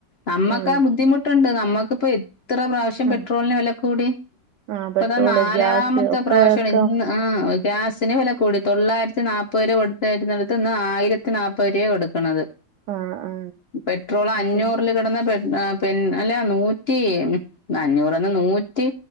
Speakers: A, on the left; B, on the right.
A: നമ്മക്ക
B: ഉം
A: ബുദ്ധിമുട്ടുണ്ട് നമ്മക്കിപ്പോ എത്ര പ്രാവശ്യം
B: ആ
A: പെട്രോളിന് വില കൂടി ഇപ്പൊതാ
B: ആ പെട്രോള്
A: നാലാമത്തെ
B: ഗ്യാസ് ഒക്കെ
A: പ്രാവശ്യമാണ്
B: ഒക്കെ
A: ഇന്ന് ആ ഗ്യാസിന് വില കൂടി തൊള്ളായിരത്തി നാപത് രൂപ കൊടുത്തെന്നിടുത്ത് ഇന്ന് ആയിരത്തി നാപ്പ- പൊരിയ കൊടുക്ക്ണത്
B: ആ ആ
A: പെട്രോള്
B: ഓക്കെ
A: അഞ്ഞൂറില് കെടന്ന് പെ- ആ പിന്ന അല്ലാ നൂറ്റി അഞ്ഞൂറ്ന്ന് നൂറ്റി